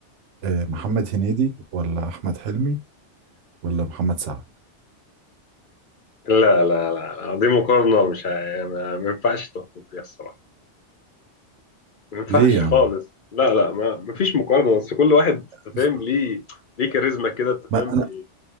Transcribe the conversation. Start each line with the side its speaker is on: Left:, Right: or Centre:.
Right: آه، محمد هنيدي ولا احمد حلمي ولا محمد سعد
Left: لا لا لا لا، دي مقارنة مش ه- ما ما ينفعش تحكم فيها الصراحة ما ينفعش
Right: ليه يا
Left: خالص
Right: عم
Left: لا لا ما ما فيش مقارنه بس كل واحد انت
Right: بس-
Left: فاهم ليه ليه كاريزما كده انت
Right: ما
Left: فاهم
Right: انا
Left: بي-